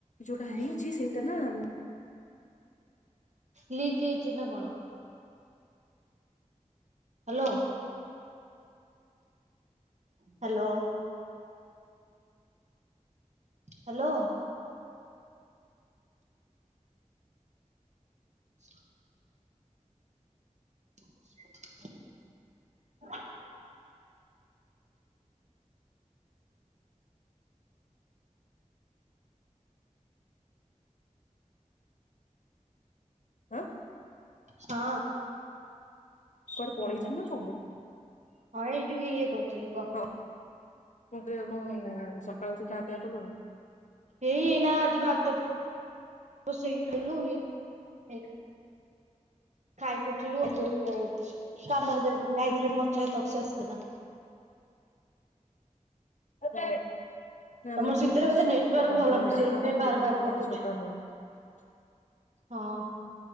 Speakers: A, on the left; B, on the right.
A: ଯୋଉଟା
B: ହଁ।
A: ହେଇଚି ସେଇଟା ନାଁ ଉଁ
B: ଲିକ ହେଇଚ ନା କଣ? ହ୍ୟାଲୋ। ହ୍ୟାଲୋ। ହ୍ୟାଲୋ। <unintelligible> <inaudible>
A: ଆଁ
B: ହଁ।
A: କୁଆଡେ ପଳେଇଛୁ
B: ହ୍ୟାଲୋ।
A: କଣ?
B: ହଁ ଏଇ ଟିକେ ଇଏ କରୁ କରୁଥିଲି କହ
A: ହଁ ମୁଁ ତ କଣ ସକାଳୁ ଉଠି ଖାଆ ପିଆ କଲୁଣି
B: ଏଇ ନା ଆଜି ଭାତ। ବସେଇଥିଲୁ ଇଏ ଖାଇକି ଉଠିଲୁ କାମରେ ଯାଇଥିଲୁ ପଞ୍ଚାୟତ ଅଫିସ ଆସିଲି ଏଇନା
A: ଓହୋ ଆମେ
B: ତମର
A: ତ
B: ଭିତରେ
A: ସବୁ
B: ବୋଧେ
A: ବସିଚୁ
B: ନେଟୱାର୍କ
A: କହନି
B: ଭଲ ନାହିଁ
A: କାହା
B: ସେଇଥିପାଇଁ
A: ପାଟି
B: ବାର ବାର କଟୁଛି।
A: ମାନେ ଛୋଟ ନୁହଁ।
B: ହଁ।